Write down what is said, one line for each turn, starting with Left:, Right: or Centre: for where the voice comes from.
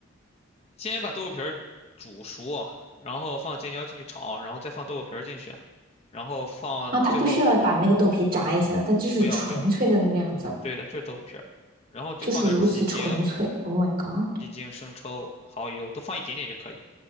Left: 先把豆腐皮儿煮熟，然后放尖椒进去炒，然后再放豆腐皮儿进去，然后放最后
Right: 啊，它不需要把那个豆皮炸一下的，它就是纯粹的那样子，
Left: 不要不要，对的，就是豆腐皮儿，然后就放点鸡精、
Right: 就是如此纯粹。Oh my god！
Left: 鸡精、生抽、蚝油，都放一点点就可以，